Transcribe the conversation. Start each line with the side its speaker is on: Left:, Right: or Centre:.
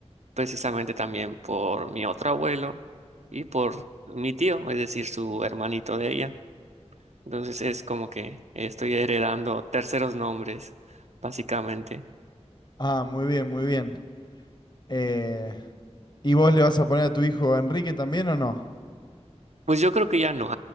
Right: precisamente también por mi otro abuelo y por mi tío, es decir, su hermanito de ella. Entonces es como que estoy heredando terceros nombres, básicamente.
Left: Ah, muy bien, muy bien. Eh, ¿y vos le vas a poner a tu hijo Enrique también o no?
Right: Pues yo creo que ya no.